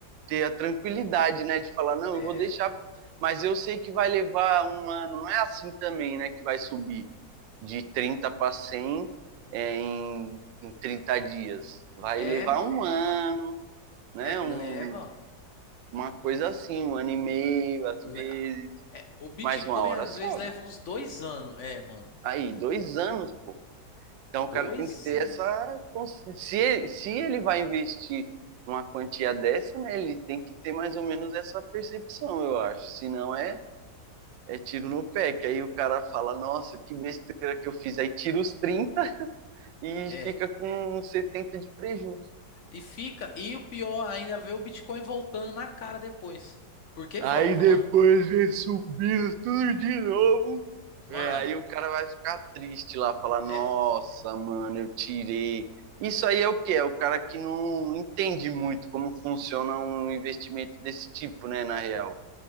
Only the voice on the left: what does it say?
É,
é,
mano.
É,
leva.
Le-
é, o Bitcoin
às
vezes leva uns dois anos. É, mano.
Dois
anos.
É.
E fica, e o pior ainda é ver o Bitcoin voltando na cara depois. Porque
volta,
mano.
Mano,
é,